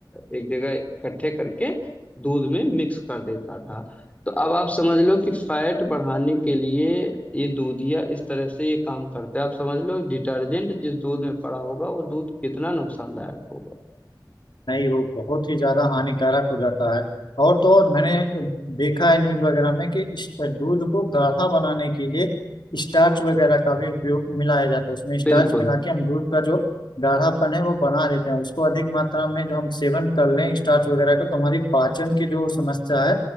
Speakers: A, on the left; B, on the left.
A: अ, एक जगह इकट्ठे करके दूध में मिक्स कर देता था तो अब आप समझ लो कि फैट बढ़ाने के लिए ये दूधिया इस तरह से ये काम करता है आप समझ लो डिटर्जेंट जिस दूध में पड़ा होगा वो दूध कितना नुकसानदायक होगा
B: नहीं वो बहुत ही ज्यादा हानिकारक हो जाता है और तो और मैंने देखा है न्यूज वगैरह में कि इस दूध को गाढ़ा बनाने के लिए स्टार्च वगैरह का भी उपयोग मिलाया जाता है उसमें स्टार्च
A: बिल्कुल
B: मिला के हम दूध का जो गाढ़ापन है वो बना देते हैं उसको अधिक मात्रा में जो हम सेवन कर लें स्टार्च वगैरह का तो हमारी पाचन की जो समस्या है